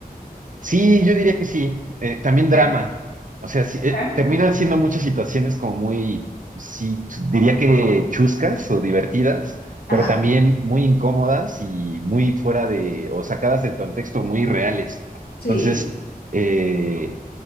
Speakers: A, on the right; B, on the left.
A: Sí, yo diría que sí. Eh, también
B: Ok,
A: drama. O sea, sí,
B: ok.
A: eh, terminan siendo muchas situaciones como muy, sí, ch- diría que chuscas o divertidas, pero
B: Ajá,
A: también muy incómodas y muy fuera de, o sacadas del contexto, muy reales.
B: sí,
A: Entonces, eh,